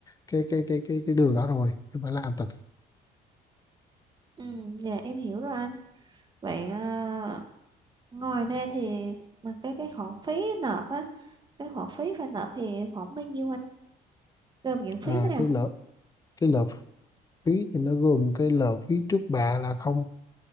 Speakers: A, on the left; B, on the right.
A: cái cái cái cái cái đường đó rồi em phải làm thật
B: Ừ, dạ em hiểu rồi anh. Vậy à, ngoài ra thì mà cái cái khoản phí nộp á, cái khoản phí phải nộp thì khoảng bao nhiêu anh? Gồm những phí
A: à,
B: nào?
A: cái lợ cái lợ phí thì nó gồm cái lợ phí trước bạ là không